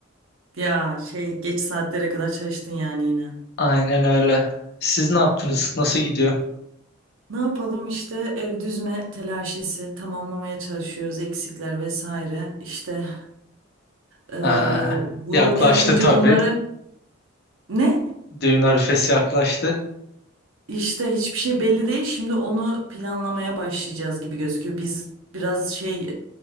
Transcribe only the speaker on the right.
Ya şey geç saatlere kadar çalıştın yani yine.
Ne yapalım işte ev düzme telaşesi tamamlamaya çalışıyoruz eksikler vesaire. İşte eee,
bu
e, önce
bunları ne?
İşte hiçbir şey belli değil. Şimdi onu planlamaya başlayacağız gibi gözüküyor. Biz biraz şey